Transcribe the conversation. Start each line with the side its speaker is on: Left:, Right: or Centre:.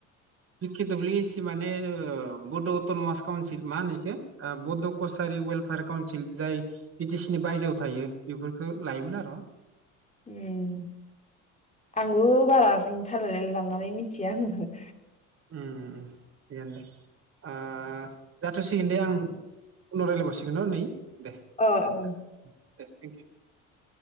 Right: बि‌ के दाब्लिउ एसि माने माने ओ बड अटन'मास काउन्सिल मा होनो इखो बड' कसारि वेलफेयार काउन्सिल जाय बिटिसि नि बायजोआव थायो बेफोरखो लायोमोन आर'।
Left: उम आंबो बारा रोंथारलायलां नानै मिथिया आंबो।
Right: उम उम थिगानो दे ओ जाथसिगोन दे आं उनाव रायलायबावसिगोन न' नै दे
Left: औ
Right: दे नोंथां
Left: औ
Right: दे थेंक इउ